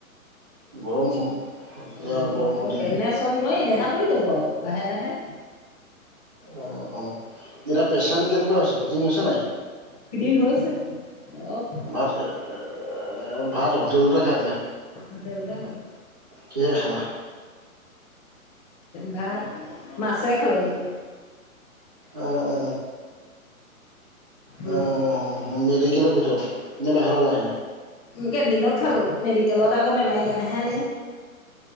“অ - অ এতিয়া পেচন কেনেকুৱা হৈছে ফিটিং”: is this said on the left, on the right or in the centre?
Right